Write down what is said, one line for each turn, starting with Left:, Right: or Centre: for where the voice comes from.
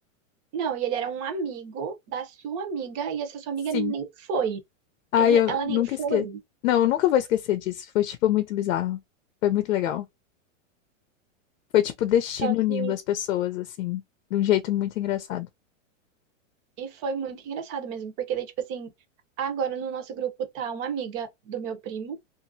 Right: Não, e ele era um amigo da sua amiga, e essa sua
Left: Sim.
Right: amiga nem foi.
Left: Ai,
Right: Ele,
Left: eu
Right: ela
Left: nunca
Right: nem foi.
Left: esqueço. Não, eu nunca vou esquecer disso. Foi, tipo, muito bizarro. Foi muito legal. Foi, tipo, o destino
Right: Só que
Left: unindo as pessoas, assim, de um jeito muito engraçado.
Right: E foi muito engraçado mesmo, porque daí, tipo assim, agora no nosso grupo tá uma amiga do meu primo,